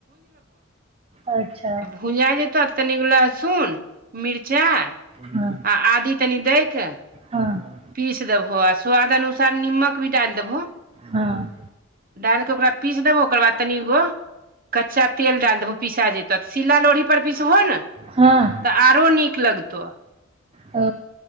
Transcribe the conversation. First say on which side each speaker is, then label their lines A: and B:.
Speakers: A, on the right; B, on the right.
A: अच्छा
B: भूंजा जैतो तनिगो लहसुन मिरचाई
A: हँ
B: आ आदी तनि दै के
A: हँ
B: पीस देबहो आ स्वाद अनुसार निमक भी डालि देबहो
A: हँ
B: डालि कऽ ओकरा पीस देबहो ओकर बाद तनिगो कच्चा तेल डालि देबहो पिसा जेतऽ तऽ सिला लोढ़ी पर पिसबहो ने
A: हँ
B: तऽ आरो नीक लगतो
A: ओ